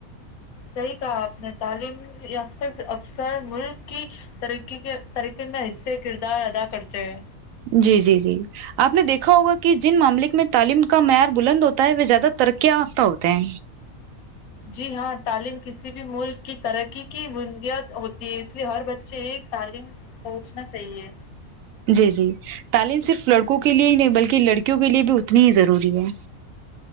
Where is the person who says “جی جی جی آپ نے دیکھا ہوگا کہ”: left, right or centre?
Right